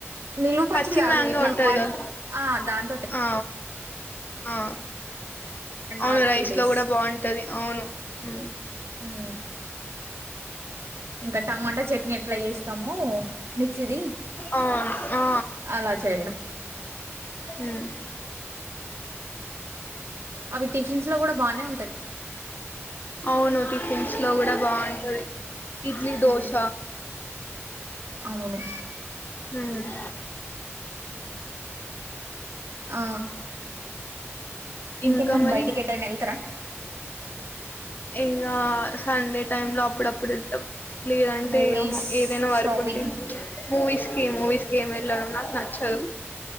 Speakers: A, on the right; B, on the left.
A: నిల్వ పచ్చడి
B: పచ్చి
A: కాదు
B: మ్యాంగో
A: ఇట్లా
B: ఉంటది
A: వన్
B: కదా
A: ఆ! దాంతోటే
B: ఆ ఆ అవును
A: ఆర్
B: రైస్
A: డేస్.
B: లో కూడా బాగుంటది అవును ఉమ్
A: ఉమ్ ఇంకా టమాటా చట్నీ ఎట్లా చేస్తాము మిక్సీది
B: అవును ఆ
A: అలా చేయడం
B: ఉమ్
A: అవి టిఫిన్స్ లో కూడా బానే ఉంటది
B: అవును టిఫిన్స్ లో కూడా బాగుంటది ఇడ్లీ
A: హ్మ్.
B: దోశ
A: అవును.
B: ఉమ్
A: ఆ ఇంకెమ్మరి
B: ఇంకా మరి
A: బయటికి ఎటైనా ఎళ్తారా
B: ఇగా సండే టైమ్ లో అప్పుడప్పుడు ఎళ్తాం లేదంటే
A: మూవీస్
B: ఏదైనా వర్కుంటే
A: షాపింగ్
B: మూవీస్ కి మూవీస్ ఎంవేళ్ళను నక్ నచ్చదు